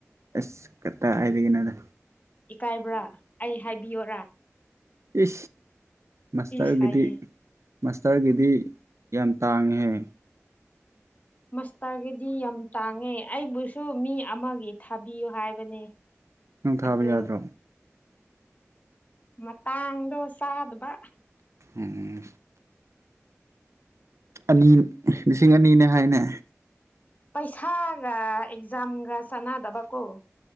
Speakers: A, on the right; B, on the left.
A: ꯑꯁ ꯀꯇꯥ ꯍꯥꯏꯗꯒꯤꯅꯗ
B: ꯏꯀꯥꯏꯕ꯭ꯔꯥ ꯑꯩ ꯍꯥꯏꯕꯤꯌꯣꯔꯥ
A: ꯏ ꯃꯥꯁꯇꯔꯒꯤꯗꯤꯔꯤ
B: ꯏꯁ ꯍꯥꯏꯌꯦ
A: ꯃꯥꯁꯇꯔꯒꯤꯗꯤ ꯌꯥꯝ ꯇꯥꯡꯉꯦꯍꯦ
B: ꯃꯥꯁꯇꯔꯒꯤꯗꯤ ꯌꯥꯝ ꯇꯥꯡꯉꯦ ꯑꯩꯕꯨꯁꯨ ꯃꯤ ꯑꯃꯒꯤ ꯊꯥꯕꯤꯌꯨ ꯍꯥꯏꯕꯅꯦ
A: ꯅꯨꯡ ꯊꯥꯕ
B: ꯑꯗꯨ
A: ꯌꯥꯗ꯭ꯔꯣ
B: ꯃꯪꯗ ꯁꯥꯗꯕ
A: ꯎꯝ ꯑꯅꯤ ꯂꯤꯁꯤꯡ ꯑꯅꯤꯅꯦ ꯍꯥꯏꯅꯦ
B: ꯄꯩꯁꯥꯒ ꯑꯦꯛꯖꯥꯝꯒ ꯆꯥꯟꯅꯗꯕꯀꯣ